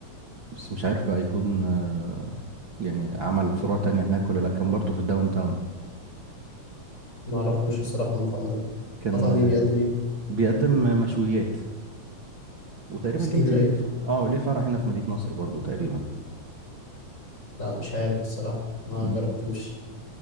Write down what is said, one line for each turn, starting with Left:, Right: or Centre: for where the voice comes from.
Right: بس مش عارف بقى يكون آه، يعني عمل فروع تانية هناك ولا لأ كان برضه في الداون تاون
Left: ما اعرفوش الصراحه المطعم ده
Right: كان
Left: مطعم ايه بيقدم ايه
Right: بيقدم مشويات وتقريبا
Left: في اسكندريه
Right: ليه ليه ف... اه ليه فرع هنا في مدينة نصر برضو تقريبا
Left: لا مش عارف الصراحه ما
Right: مم.
Left: جربتوش